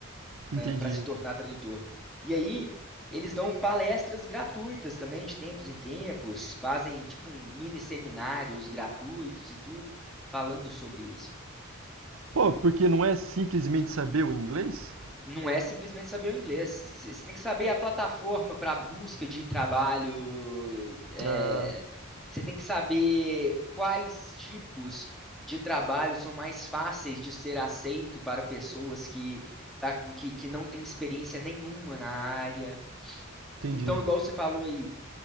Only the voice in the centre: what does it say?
para se tornar tradutor. E aí, eles dão palestras gratuitas também, de tempos em tempos, fazem tipo um mini seminários gratuitos e tudo, falando sobre isso.
Não é simplesmente saber o inglês. C- Você tem que saber a plataforma para busca de trabalho. é,
Você tem que saber quais tipos de trabalho são mais fáceis de ser aceito para pessoas que, tá- que, que não têm experiência nenhuma na área.
Então, igual você falou aí,